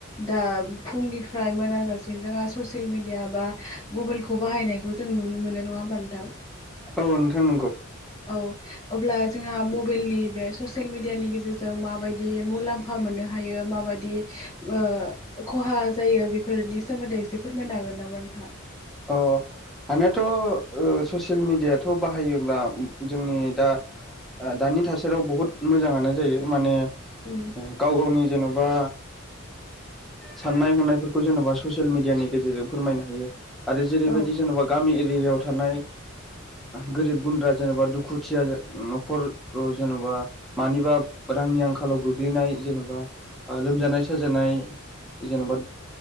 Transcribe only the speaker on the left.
दा फुंनिफ्राय मोनाजासिन जोंहा ससियेल मिडिया बा मबाइलखौ बाहायनायखौ जों नुनो मोनो नङा होमबा नोंथां?
औ अब्ला जोंहा मबाइलनि बे ससियेल मिडियानि गेजेरजों माबायदि मुलाम्फा मोननो हायो माबायदि ओ खहा जायो बेफोरनि सोमोन्दै एसे फोरमायनो हागोन नामा नोंथाङा?
उम
औ